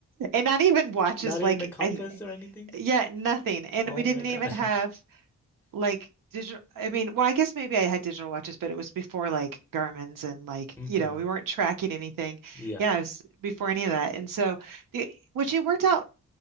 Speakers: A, on the right (about 70°); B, in the centre.
A: And not even watches,
B: Not even
A: like,
B: a compass
A: I,
B: or anything?
A: yeah, nothing. And
B: Oh
A: we didn't
B: my God.
A: even have like digital I mean, well, I guess maybe I had digital watches, but it was before like Garmin's and like,
B: <laughs>
A: you
B: hmm
A: know, we weren't tracking anything.
B: Yeah.
A: Yeah, it was before any of that. And so the which it worked out